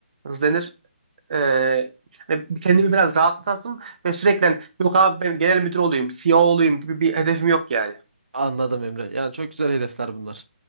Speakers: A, on the right (about 45°); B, on the right (about 70°).
A: Nasıl denir? Ee, hani kendimi biraz rahatlatasım ve sürekli hani, yok abi ben genel müdür olayım, CEO olayım gibi bir hedefim yok yani.
B: anladım Emre. Yani çok güzel hedefler bunlar.